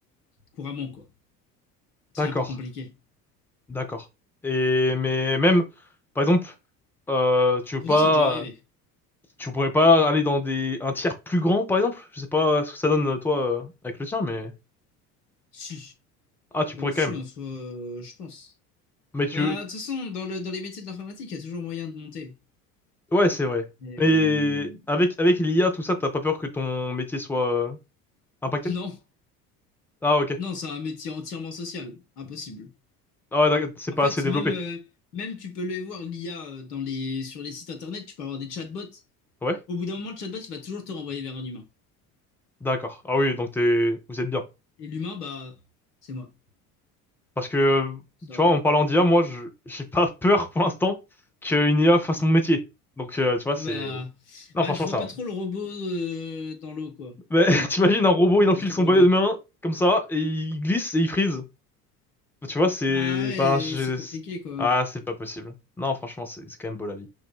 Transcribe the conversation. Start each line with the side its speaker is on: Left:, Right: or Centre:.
Left: couramment quoi. C'est
Centre: D'accord.
Left: un peu compliqué.
Centre: D'accord. Et, mais même, par exemple, euh, tu
Left: Et
Centre: veux
Left: pourtant
Centre: pas,
Left: c'est déjà arrivé.
Centre: tu pourrais pas aller dans des, un tiers plus grand, par exemple? Je sais pas ce que ça donne, toi, euh, avec le tien, mais,
Left: Si.
Centre: ah, tu
Left: Bah
Centre: pourrais
Left: si
Centre: quand même.
Left: en soi euh, je pense.
Centre: Mais tu,
Left: Bah de toute façon dans le dans les métiers de l'informatique, il y a toujours moyen de monter.
Centre: Ouais, c'est vrai.
Left: Mais,
Centre: Et
Left: euh,
Centre: avec, avec l'IA, tout ça, t'as pas peur que ton métier soit euh, impacté?
Left: non.
Centre: Ah, ok.
Left: Non, c'est un métier entièrement social, impossible.
Centre: Ah ouais, d'accord, c'est pas
Left: En fait,
Centre: assez développé.
Left: même, euh, même tu peux le voir, l'IA, euh, dans les, sur les sites internet, tu peux avoir des chatbots.
Centre: Ouais?
Left: Au bout d'un moment, le chatbot, il va toujours te renvoyer vers un humain.
Centre: D'accord. Ah oui, donc t'es, vous êtes bien.
Left: Et l'humain, bah, c'est moi.
Centre: Parce que,
Left: Ça
Centre: tu
Left: va.
Centre: vois, en parlant d'IA, moi, je, <laughs> j'ai pas peur pour l'instant qu'une IA fasse mon métier. Donc, euh, tu vois,
Left: Bah,
Centre: c'est... Non,
Left: bah,
Centre: franchement,
Left: je vois
Centre: ça
Left: pas
Centre: va.
Left: trop le robot euh, dans l'eau, quoi.
Centre: Mais <laughs> t'imagines, un robot, il
Left: Dans
Centre: enfile
Left: le toboggan.
Centre: son bonnet de main, comme ça, et il glisse et il freeze. Tu vois, c'est...
Left: Bah ouais,
Centre: Enfin, je-
Left: c'est compliqué, quoi.
Centre: Ah, c'est pas possible. Non, franchement, c'est c'est quand même beau la vie.